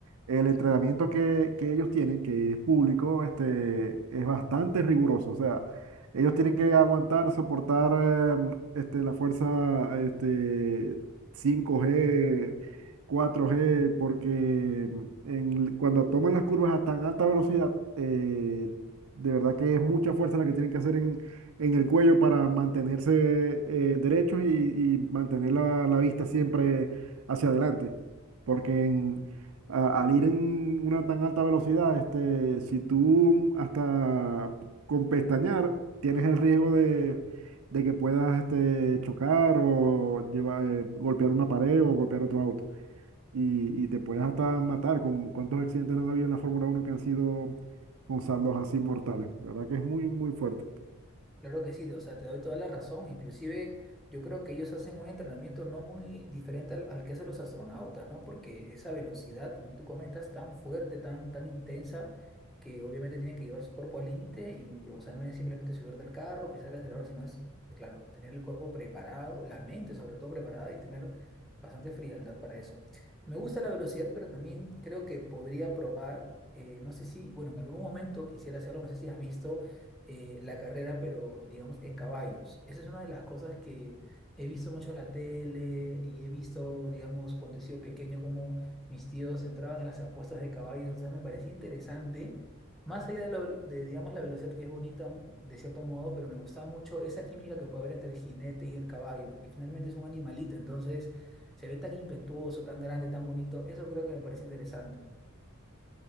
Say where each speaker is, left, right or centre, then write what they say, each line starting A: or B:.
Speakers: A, on the right (about 75°); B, in the centre.
A: el entrenamiento que, que ellos tienen, que es público, este, es bastante riguroso, o sea, ellos tienen que aguantar, soportar, em, este, la fuerza, este, cinco g cuatro g porque mm, en- cuando toman las curvas a tan alta velocidad, eh, de verdad que es mucha fuerza la que tienen que hacer en, en el cuello para mantenerse eh, derechos y, y mantener la, la vista siempre hacia adelante. Porque en- a- al ir en una tan alta velocidad, este, si tú hasta con pestañear tienes el riesgo de, de que puedas este, chocar o llevar, eh, golpear una pared o golpear otro auto y, y te puedes hasta matar. Con cuántos accidentes no han habido en la Fórmula Uno que han sido con saldos así mortales. La verdad que es muy, muy fuerte.
B: Claro que sí, o sea, te doy toda la razón. Inclusive yo creo que ellos hacen un entrenamiento no muy diferente al, al que hacen los astronautas, ¿no? Porque esa velocidad, como tú comentas, tan fuerte, tan, tan intensa, que obviamente tienen que llevar su cuerpo al límite y, o sea, no es simplemente subirte al carro, pisar el acelerador, sino es, claro, tener el cuerpo preparado, la mente sobre todo preparada y tener bastante frialdad para eso. Me gusta la velocidad, pero también creo que podría probar, eh, no sé si, bueno, en algún momento quisiera hacerlo, no sé si has visto eh, la carrera, pero digamos en caballos. Esa es una de las cosas que he visto mucho en la tele y he visto, digamos, cuando he sido pequeño, como mis tíos entraban a las apuestas de caballos. Entonces me parecía interesante, más allá de, lo, de, digamos, la velocidad que es bonita de cierto modo, pero me gustaba mucho esa química que puede haber entre el jinete y el caballo, porque finalmente es un animalito, entonces se ve tan impetuoso, tan grande, tan bonito. Eso creo que me parece interesante.